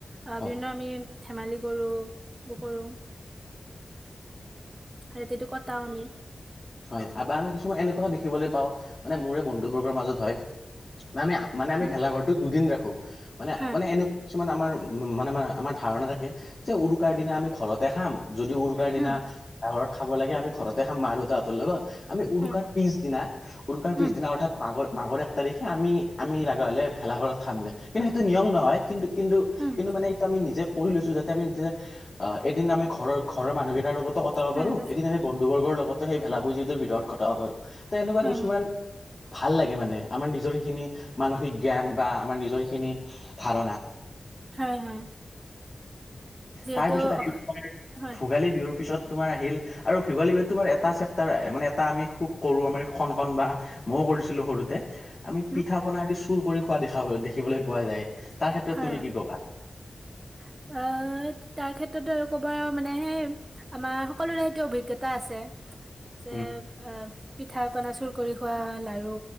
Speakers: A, on the right; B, on the left.
A: আহ
B: হয়
A: বিভিন্ন আমি ধেমালি কৰোঁ, কৰোঁ ৰাতিটো কটাওঁ আমি
B: হয় বা আমি কিছুমান এনেকুৱাও দেখিবলৈ পাওঁ, মানে মোৰে বন্ধুবৰ্গৰ মাজত হয়। আমি মানে আমি
A: উম,
B: ভেলাঘৰটো দুদিন ৰাখো, মানে
A: হয়
B: মানে এনেকুৱা কিছুমান আমাৰ উহ মানে মানে, আমাৰ ধাৰণা থাকে যে উৰুকাৰ দিনা আমি ঘৰতে খাম, যদি উৰুকাৰ দিনা
A: উম
B: ঘৰত খাব লাগে, আমি ঘৰতে খাম মা দেউতা হতৰ লগত, আমি উৰুকাৰ
A: উম
B: পিছদিনা উৰুকাৰ পিছদিনা
A: উম
B: অৰ্থাৎ মাঘৰ মাঘৰ এক তাৰিখে আমি, আমি লগা হলে ভেলাঘৰত খাম দে, কিন্তু সেইটো নিয়ম নহয় কিন্তু কিন্তু,
A: উম
B: কিন্তু মানে এইটো আমি নিজে কৰি লৈছো যাতে আমি যেতিয়া, এদিন আমি ঘৰৰ ঘৰ মানুহকেইাৰ লগত কটাব
A: হয়
B: পাৰোঁ,
A: হয়
B: এদিন আমি বন্ধু বৰ্গৰ লগত সেই ভেলাভূজিটোৰ ভিতৰত কটাব পাৰোঁ। তহ এনেকুৱা
A: হয়
B: কিছুমান
A: হয়
B: ভাল লাগে মানে, আমাৰ নিজৰখিনি মানসিক জ্ঞান বা আমাৰ নিজৰখিনি ধাৰণা
A: হয় হয় যিহেতু
B: তাৰ পিছত আহিল তোমাৰ
A: হয়
B: ভোগালী বিহুৰ পিছত তোমাৰ আহিল, আৰু ভুগালী তোমাৰ এটা চেপটাৰ মানে, এটা আমি খুব কৰো আমাৰ কন কণ বা বহু কৰিছিলো সৰুতে, আমি
A: হুম
B: পিঠা পনা আদি চুৰ কৰি খোৱা দেখা দেখিবলৈ পোৱা যায়। তাৰ ক্ষেত্ৰত
A: হয়
B: তুমি কি কবা?
A: আহ তাৰ ক্ষেত্ৰত আৰু ক'ব আৰু মানে সেই আমাৰ সকলোৰে সেইটো অভিজ্ঞতা আছে। যে
B: উম
A: আহ পিঠা পনা চুৰ কৰি খোৱা লাৰু